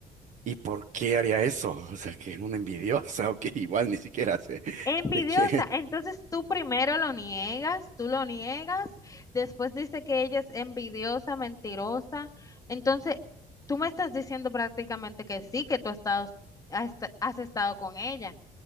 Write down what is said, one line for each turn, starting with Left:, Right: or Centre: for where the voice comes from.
Right: ¿Y por qué haría eso? O sea, que es una envidiosa <laughs> o que igual ni siquiera sé
Left: Envidiosa.
Right: de qué.
Left: Entonces tú primero lo niegas, tú lo niegas, después dice que ella es envidiosa, mentirosa. Entonces tú me estás diciendo prácticamente que sí, que tú has estado, has, esta- has estado con ella.